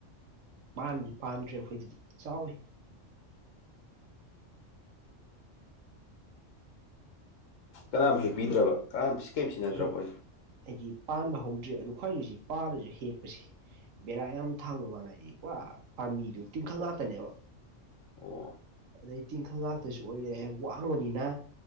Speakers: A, on the right; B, on the left.
A: ꯄꯥꯟꯗꯤ ꯄꯥꯟꯗ꯭ꯔꯦ ꯑꯩꯈꯣꯏꯗꯨꯗꯤ ꯆꯥꯎꯋꯤ
B: ꯀꯅꯥꯝ ꯍꯦꯛꯄꯤꯗ꯭ꯔꯕ ꯀꯅꯥꯝ ꯀꯩꯝ ꯁꯤꯟꯅꯗ꯭ꯔꯕꯣ
A: ꯍꯦꯛ ꯍꯥꯏꯗꯤ ꯄꯥꯟꯕ ꯍꯧꯗ꯭ꯔꯦ ꯑꯗꯨ ꯈ꯭ꯋꯥꯏ ꯂꯨꯏꯁꯤ ꯄꯥꯜꯂꯁꯨ ꯍꯦꯛꯄꯁꯦ ꯕꯦꯔꯥ ꯌꯥꯝ ꯊꯥꯡꯕ ꯃꯥꯥꯟꯅꯗꯤ ꯄꯨꯔꯥ ꯄꯥꯝꯕꯤꯗꯨ ꯇꯤꯡꯈꯪ ꯉꯥꯛꯇꯅꯦꯕ
B: ꯑꯣ
A: ꯑꯗꯩ ꯇꯤꯡꯈꯪ ꯉꯥꯛꯇꯁꯨ ꯑꯣꯏꯔꯦ ꯋꯥꯡꯕꯅꯤꯅ